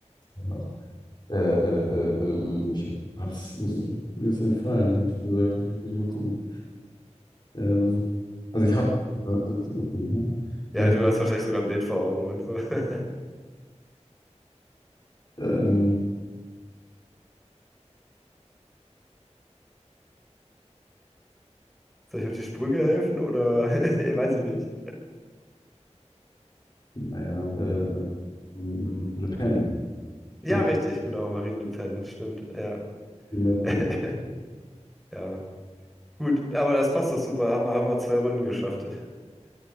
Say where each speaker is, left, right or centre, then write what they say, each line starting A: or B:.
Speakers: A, on the left; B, in the centre.
A: noch. Äh, äh, äh, äh, ich hab's, mir ist entfallen, hätte ich gesagt. Muss ich, muss ich mal gucken. Ähm, also ich hab, äh, das- okay, hm.
B: Ja,
A: wir
B: du
A: haben,
B: hast wahrscheinlich sogar ein Bild vor Augen und so. <laughs>
A: ähm,
B: Soll ich auf die Sprünge helfen oder <laughs> weiß ich nicht.
A: naja, äh, äh, m- m- Le Pen.
B: Ja,
A: Hier.
B: richtig, genau, Marine Le Pen, stimmt, ja.
A: Die nette
B: <laughs>
A: Le-
B: Ja, gut, aber das passt doch super. Haben wir, haben wir zwei Runden geschafft.